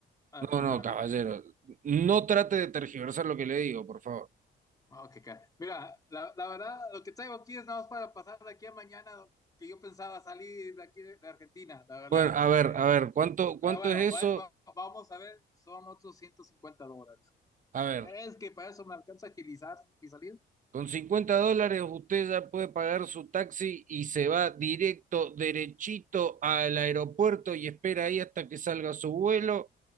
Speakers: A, on the left; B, on the right.
A: ah,
B: No,
A: primeramente.
B: no, caballero, no trate de tergiversar lo que le digo, por favor.
A: Ah, qué ca- Mira, la, la verdad, lo que traigo aquí es nada más para pasar de aquí a mañana, que yo pensaba salir de aquí de, de Argentina, la verdad.
B: Bueno, a
A: este,
B: ver, a ver, ¿cuánto, cuánto
A: pero bueno,
B: es
A: va-
B: eso?
A: va- vamos a ver, son otros 150 dólares.
B: A ver,
A: ¿Crees que para eso me alcanza a agilizar mi salida?
B: con 50 dólares usted ya puede pagar su taxi y se va directo, derechito al aeropuerto y espera ahí hasta que salga su vuelo.